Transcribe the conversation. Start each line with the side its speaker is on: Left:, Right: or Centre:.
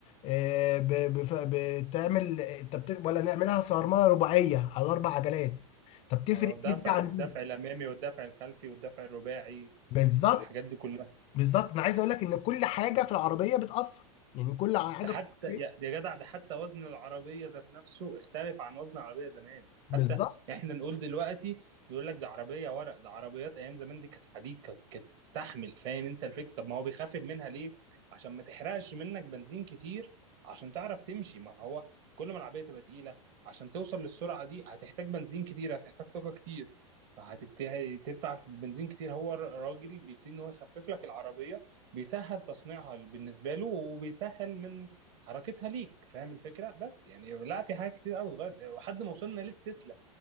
Left: آه، ب- بف- بتعمل طب تف- ولا نعملها فرملة رباعية على اربع عجلات طب تفرق
Right: آه، الدفع
Left: ايه دي عن
Right: الدفع
Left: دي
Right: الامامي والدفع الخلفي والدفع الرباعي
Left: بالظبط
Right: والحاجات دي كلها
Left: بالظبط ما عايز اقول لك ان كل حاجه في العربيه بتاثر يعني كل حاجه
Right: ده حتى
Left: في العربيه
Right: يا يا جدع ده حتى وزن العربية ذات نفسه اختلف عن وزن العربية زمان
Left: بالظبط
Right: حتى احنا نقول دلوقتي يقول لك ده عربية ورق ده عربيات ايام زمان دي كانت حديد كانت كانت تستحمل فاهم انت الفكرة طب ما هو بيخفف منها ليه عشان ما تحرقش منك بنزين كتير عشان تعرف تمشي ما هو كل ما العربية تبقى تقيلة عشان توصل للسرعة دي هتحتاج بنزين كتير هتحتاج طاقة كتير فهتبتدي تدفع في بنزين كتير هو الراجل بيبتدي ان هو يخفف لك العربية بيسهل تصنيعها بالنسبة له وبيسهل من حركتها ليك فاهم الفكره بس يعني لا في حاجات كتير قوي اتغيرت وحد ما وصلنا للتسلا